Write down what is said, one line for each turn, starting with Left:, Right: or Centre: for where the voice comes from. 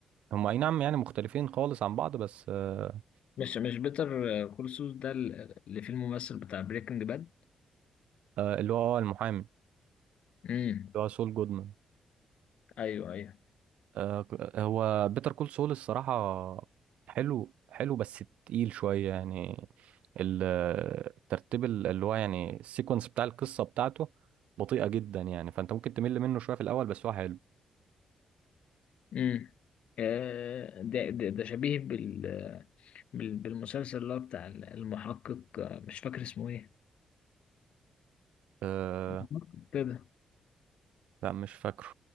Right: هما اي نعم يعني مختلفين خالص عن بعض بس آه
Left: مش مش بيتر كول سول ده ال- اللي فيه الممثل بتاع بريكنج باد
Right: آه اللي هو آه، المحامي
Left: امم
Right: اللي هو سول جودمان
Left: ايوه ايوه
Right: آه، هو بيتر كول سول الصراحة حلو حلو بس تقيل شوية يعني ال- الترتيب ال- اللي هو يعني السيكونس بتاع القصة بتاعته بطيئة جدا يعني فأنت ممكن تمل منه شوية في الأول بس هو حلو
Left: امم آه، ده ده ده شبيه بال... بال... بالمسلسل اللي هو بتاع المحقق آه، مش فاكر اسمه ايه
Right: أه
Left: المحقق كده
Right: لا مش فاكره